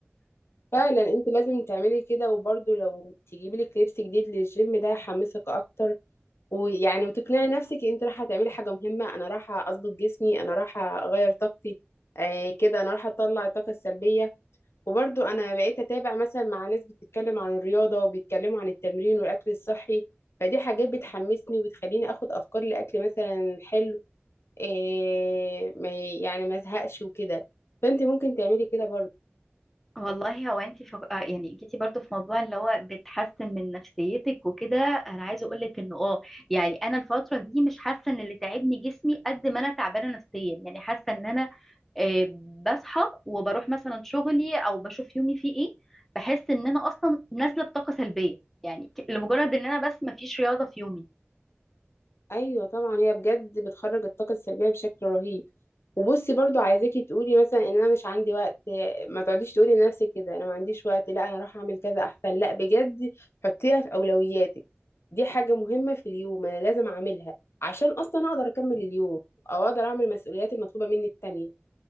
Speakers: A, on the left; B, in the centre.
A: فعلا انت لازم تعملي كده وبرضه لو تجيبي لك لبس جديد للجيم ده يحمسك اكتر ويعني وتقنعي نفسك انت رايحة تعملي حاجة مهمة انا رايحة اظبط جسمي انا رايحة اغير طاقتي آه كده انا رايحة اطلع الطاقة السلبية وبرضو انا بقيت اتابع مثلا مع ناس بتتكلم عن الرياضه وبيتكلموا عن التمرين والاكل الصحي فدي حاجات بتحمسني وبتخليني اخد افكار لاكل مثلا حلو إيه ما يعني ما ازهقش وكده فانت ممكن تعملي كده برضو
B: والله هو انت فق... آه يعني جيتي برضو في موضوع اللي هو بتحسن من نفسيتك وكده انا عايزه اقول لك انه اه يعني انا الفتره دي مش حاسه ان اللي تعبني جسمي قد ما انا تعبانه نفسيا يعني حاسه ان انا آه، بصحى وبروح مثلا شغلي او بشوف يومي فيه ايه بحس ان انا اصلا نازله بطاقه سلبيه يعني ك- لمجرد ان انا بس مفيش رياضه في يومي
A: ايوه طبعا هي بجد بتخرج الطاقه السلبيه بشكل رهيب وبصي برضو عايزاكي تقولي مثلا ان انا مش عندي وقت ما تقعديش تقولي لنفسك كده انا ما عنديش وقت لا انا راح اعمل كذا احسن لا بجد حطيها في اولوياتك دي حاجه مهمه في اليوم انا لازم اعملها عشان اصلا اقدر اكمل اليوم او اقدر اعمل المسؤوليات المطلوبه مني التانية